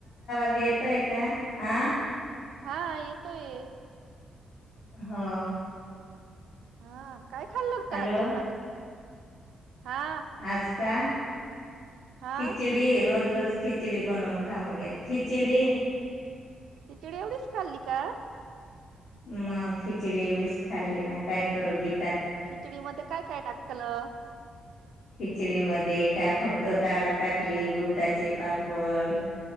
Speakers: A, on the left (about 55°); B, on the right (about 80°).
A: येतय का हा
B: हा येेतो ये
A: होव
B: हा काय खाल्लं होत
A: हॅलो
B: आज जेवणात? हा
A: आज का
B: हा
A: खिचडी रोज रोज खिचडी बनवून खाऊन येते, खिचडी
B: खिचडी एवढीच खाल्ली का?
A: मग खिचडी एवढीच खाल्ली ना काय करू गी
B: खिचडी मध्ये काय काय टाकलं?
A: खिचडीमध्ये का फक्त डाळ टाकली उडदाचे पापड